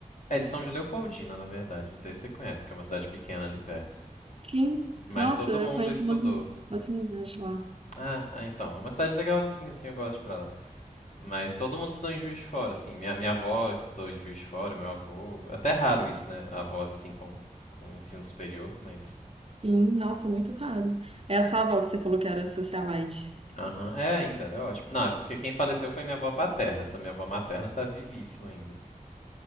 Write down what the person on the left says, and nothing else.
é, eles são de Leopoldina, na verdade, não sei se você conhece, que é uma cidade pequena ali perto.
Mas
todo
mundo
estudou.
Ah, ah, então, é uma cidade legalzinha, assim, eu gosto de ir pra lá. Mas todo mundo estudou em Juiz de Fora, assim, minha, minha avó estudou em Juiz de Fora, meu avô, até é raro isso, né, avós, assim, com, com ensino superior, mas...
Aham, É ainda, ela é ótima. Não, é porque quem faleceu foi minha avó paterna. Essa minha avó materna tá vivíssima ainda.